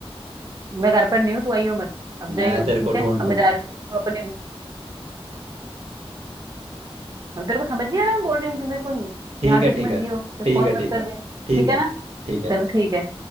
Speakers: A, on the right (about 40°); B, on the right (about 80°).
A: मैं घर पर नहीं हूँ तू आइयो मत अब जाइयो
B: मैं तेरे
A: ठीक
B: को ढूंढ
A: है अब
B: लूंगा
A: मैं जा रही हूँ अपने अब तेरे को समझ नहीं आ रहा मैं बोल रही हूँ कि मेरे को
B: ठीक
A: यहाँ
B: है
A: दिख
B: ठीक
A: मत
B: है
A: जियो ये
B: ठीक
A: कॉल
B: है ठीक
A: मत कर
B: है
A: दे
B: ठीक
A: ठीक
B: है
A: है ना
B: ठीक है
A: चल ठीक है